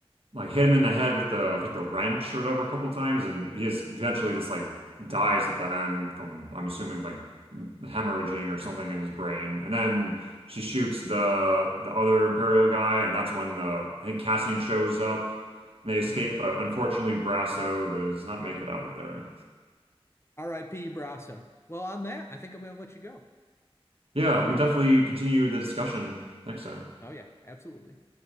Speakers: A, on the right; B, on the left.
A: like hit him in the head with the like the wrench or whatever a couple times, and he just eventually just like dies at the end from I'm assuming like hemorrhaging or something in his brain. And then she shoots the the other Imperial guy, and that's when the I think Cassian shows up and they escape,
B: Mm-hmm.
A: but unfortunately Brasso does not make it out of there.
B: R.I.P. Brasso. Well, on that, I think I'm gonna let you go.
A: Yeah, we can definitely continue the discussion next time.
B: Oh yeah, absolutely.